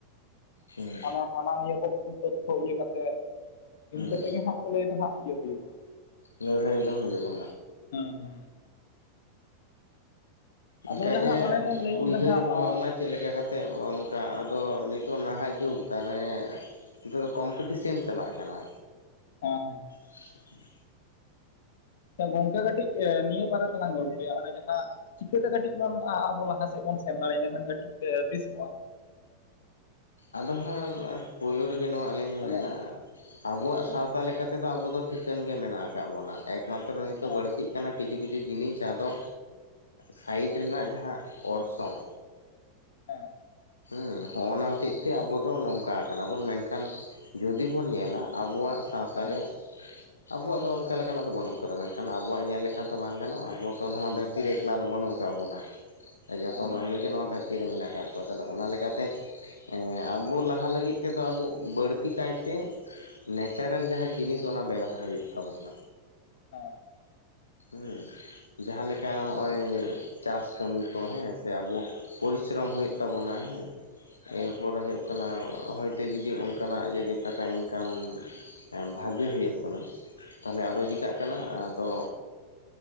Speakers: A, on the left; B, on the left.
A: ᱦᱩᱸ ᱦᱩᱸ
B: ᱦᱟᱱᱟ ᱦᱟᱱᱟ ᱱᱤᱭᱟᱹ ᱠᱚ ᱵᱷᱩᱞ ᱛᱚᱛᱛᱷᱚ ᱤᱭᱟᱹ ᱠᱟᱛᱮᱫ᱾
A: ᱦᱩᱸ
B: ᱤᱱᱠᱟᱹ ᱛᱮᱜᱮ ᱦᱟᱸᱜ ᱠᱚ ᱞᱟᱹᱭ ᱫᱚ ᱦᱟᱸᱜ ᱤᱭᱟᱹ ᱦᱩᱭᱩᱜᱼᱟ᱾
A: ᱞᱟᱹᱲᱦᱟᱹᱭ ᱫᱚ ᱦᱩᱭᱩᱜᱼᱟ᱾
B: ᱦᱮᱸ ᱦᱮᱸ᱾ ᱟᱫᱚ
A: ᱚᱱᱠᱟ
B: ᱡᱟᱦᱟᱸ
A: ᱜᱮ
B: ᱚᱱᱮ ᱵᱮᱱ ᱞᱟᱹᱭ ᱠᱮᱫᱟ
A: ᱩᱭᱦᱟᱹᱨ
B: ᱦᱟᱸᱜ
A: ᱵᱷᱟᱵᱱᱟ ᱪᱮᱫ ᱞᱮᱠᱟ ᱠᱟᱛᱮᱜ ᱚᱝᱠᱟ, ᱟᱫᱚ ᱱᱤᱛᱚᱜ ᱱᱟᱦᱟᱜ ᱡᱩᱜᱽ ᱛᱟᱦᱚᱞᱮ ᱱᱤᱛᱚᱜ ᱫᱚ ᱠᱚᱢᱯᱤᱴᱤᱥᱮᱱ ᱪᱟᱞᱟᱜ ᱠᱟᱱᱟ᱾
B: ᱦᱮᱸ ᱦᱮᱸ ᱦᱮᱸ᱾
A: <inaudible>
B: ᱛᱚ ᱜᱚᱝᱠᱮ ᱠᱟᱹᱴᱤᱡ ᱱᱤᱭᱟᱹ ᱵᱟᱨᱮ ᱛᱮᱞᱟᱝ ᱜᱚᱞᱯᱷᱚᱭᱟ ᱚᱱᱮ ᱡᱟᱦᱟᱸ ᱪᱤᱠᱟᱹᱛᱮ ᱠᱟᱹᱴᱤᱡ ᱵᱚᱱ ᱟᱵᱚ ᱞᱟᱦᱟ ᱥᱮᱫ ᱵᱚᱱ ᱥᱮᱱ ᱫᱟᱲᱮᱭᱟᱜᱼᱟ, ᱤᱱᱟᱹᱠᱷᱟᱱ ᱠᱟᱹᱴᱤᱡ ᱵᱮᱥ ᱠᱚᱜᱼᱟ᱾
A: ᱟᱫᱚ ᱦᱟᱸᱜ ᱯᱳᱭᱞᱳ ᱨᱮᱜᱮ ᱱᱚᱣᱟ ᱟᱞᱤᱧ ᱞᱤᱧ
B: ᱢᱟᱱᱮ
A: ᱢᱮᱱᱟ᱾ ᱟᱵᱚᱣᱟᱜ
B: ᱦᱮᱸ
A: ᱥᱟᱶᱛᱟ ᱞᱮᱠᱟᱛᱮᱫᱚ ᱟᱵᱚ ᱫᱚ ᱴᱷᱤᱠᱟᱹᱱ ᱜᱮ ᱢᱮᱱᱟᱜ ᱟᱠᱟᱜ ᱵᱚᱱᱟ, ᱮᱠᱢᱟᱛᱨᱚ ᱱᱤᱛᱚᱜ
B: ᱦᱮᱸ
A: ᱵᱟᱹᱲᱛᱤ ᱠᱟᱱᱟ ᱠᱤᱪᱷᱩ ᱠᱤᱪᱷᱩ ᱡᱤᱱᱤᱥ ᱟᱫᱚ ᱥᱟᱭᱤᱰ ᱨᱮᱱᱟᱜ ᱡᱟᱦᱟᱸ ᱚᱨᱥᱚᱝ
B: ᱦᱮᱸ᱾
A: ᱦᱮᱸ, ᱦᱚᱜ-ᱚᱱᱟ ᱦᱚᱛᱮᱡ ᱛᱮ ᱟᱵᱚ ᱫᱚ ᱱᱚᱝᱠᱟ ᱟᱠᱟᱱᱟ ᱵᱚᱱ ᱢᱮᱱᱠᱷᱟᱱ ᱡᱩᱚᱫᱤ ᱵᱚᱱ ᱧᱮᱞᱟ ᱟᱵᱚᱣᱟᱜ ᱥᱟᱶᱛᱟ
B: ᱦᱮᱸ
A: ᱨᱮ ᱟᱵᱚᱣᱟᱜ ᱫᱚ ᱚᱱᱠᱟ ᱞᱮᱠᱟᱱᱟᱜ ᱫᱚ ᱵᱟᱹᱱᱩᱜ ᱟᱠᱟᱫᱟ, ᱢᱮᱱᱠᱷᱟᱱ ᱟᱵᱚᱣᱟᱜ ᱧᱮᱞ ᱞᱮᱠᱷᱟᱱ ᱫᱚ ᱵᱟᱝ ᱜᱟᱱᱚᱜᱼᱟ, ᱟᱵᱚ ᱱᱚᱣᱟ ᱫᱷᱟᱹᱨᱛᱤ
B: ᱦᱮᱸ
A: ᱨᱮ
B: ᱦᱮᱸ
A: ᱮᱠᱞᱟ ᱫᱚ ᱵᱟᱹᱱᱩᱜᱫ ᱟᱠᱟᱱ ᱵᱚᱱᱟ ᱡᱚᱛᱚ
B: ᱦᱮᱸ ᱦᱮᱸ ᱦᱮᱸ ᱦᱮᱸ ᱦᱮᱸ ᱦᱮᱸ ᱦᱮᱸ ᱦᱮᱸ ᱦᱮᱸ ᱦᱮᱸ ᱦᱮᱸ ᱦᱮᱸ ᱦᱮᱸ ᱦᱮᱸ ᱦᱮᱸ
A: ᱢᱟᱱᱢᱤ ᱜᱮ ᱱᱚᱣᱟ ᱫᱷᱟᱨ ᱛᱤᱨ ᱨᱮ ᱢᱮᱱᱟᱜ ᱟᱠᱟᱫ ᱠᱚᱣᱟ, ᱛᱟᱦᱚᱞᱮ ᱚᱱᱟ ᱞᱮᱠᱟᱛᱮ ᱮᱸ ᱟᱵᱚ ᱞᱟᱦᱟ ᱞᱟᱹᱜᱤᱫ ᱛᱮᱫᱚ ᱟᱵᱚ, ᱵᱟᱹᱲᱛᱤ ᱠᱟᱭᱛᱮ ᱱᱮᱪᱟᱨᱮᱞ ᱡᱟᱦᱟᱸ ᱡᱤᱱᱤᱥ, ᱚᱱᱟ ᱵᱮᱣᱚᱦᱟᱨ ᱦᱩᱭᱩᱜ ᱛᱟᱵᱚᱱᱟ᱾
B: ᱚᱻ
A: ᱦᱩᱸ ᱡᱟᱦᱟᱸᱞᱮᱠᱟ ᱦᱚᱜᱼᱚᱭ ᱪᱟᱥ ᱠᱟᱹᱢᱤ ᱠᱚ ᱦᱮᱸ, ᱥᱮ ᱟᱵᱚ, ᱯᱚᱨᱤᱥᱨᱚᱢ ᱦᱳᱭᱳᱜ ᱛᱟᱵᱚᱱᱟ ᱦᱮᱸ, ᱮᱨᱯᱚᱨ
B: ᱦᱮᱸ ᱦᱮᱸ
A: ᱦᱳᱭᱳᱜ ᱠᱟᱱᱟ, ᱦᱚᱭᱛᱳ ᱡᱚᱫᱤ ᱚᱱᱠᱟᱱᱟᱜ ᱡᱚᱫᱤ ᱴᱟᱠᱟ ᱤᱱᱠᱟᱢ ᱵᱷᱟᱜᱮ ᱦᱳᱭᱳᱜ ᱠᱟᱱᱟ, ᱛᱟᱦᱞᱮ ᱟᱫᱚ
B: ᱦᱮᱸ
A: ᱪᱤᱫᱟᱜ ᱠᱟᱱᱟ ᱟᱫᱚ,